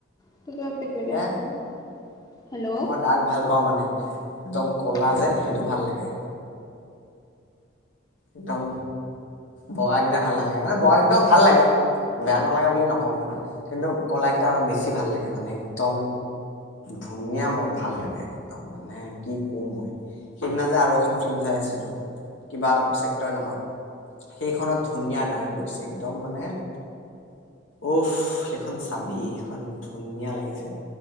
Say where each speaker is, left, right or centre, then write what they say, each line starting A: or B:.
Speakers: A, on the left; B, on the left.
A: <unintelligible>
B: সেয়াই
A: হেল্ল'
B: মই দাগ ভাল পাওঁ মানে একদম কলা
A: হেল্ল'
B: যে সেইটো ভাল লাগে। একদম বগা কেইটা ভাল নালাগে মানে বগাগিটাও ভাল লাগে। বেয়া নালাগে বুলি নকওঁ কিন্তু কলা কেইটা আৰু বেছি ভাল লাগে মানে একদম ধুনীয়া মই ভাল লাগে একদম মানে কি ক'ম মই সেইদিনা যে আৰু এখন ফিল্ম চাই আছিলো কিবা চেক্টৰ নামৰ সেইখনত ধুনীয়া ডাগ্গ গৈছে একদম মানে অ'ফ সেইখন চাবি সেখন ধুনীয়া লাগিছে।